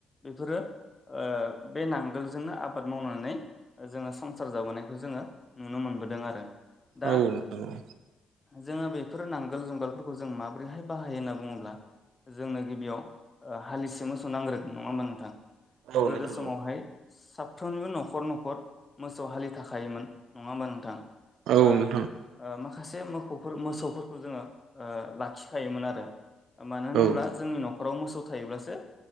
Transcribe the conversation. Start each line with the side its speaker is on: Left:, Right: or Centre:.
Left: बेफोरो ओ बे नांगोलजोंनो आबाद मावनानै ओ जोङो संसार जाबोनायखो जोङो नुनो मोनबोदों आरो। दा
Right: औ नोंथां औ।
Left: जोङो बेफोर नांगोल जुंगालफोरखौ जों माबोरैहाय बाहायो होनना बुङोब्ला जोंनो गिबियाव ओ हालिसे मोसौ नांग्रोगोन नङा होमबा नोंथां?
Right: औ
Left: गोदोस
Right: नोंथां औ
Left: बहाय साफ्रोमनिबो न'खर न'खर मोसौ हालि थाखायायोमोन नङा होमबा नोंथां?
Right: औ
Left: बा
Right: नोंथां
Left: माखासे मोसौफोर मोसौफोरखौ जोङो लाखिखायोमोन आरो। मानो होनोब्ला
Right: औ
Left: जोंनि न'खराव मोसौ थायोब्लासो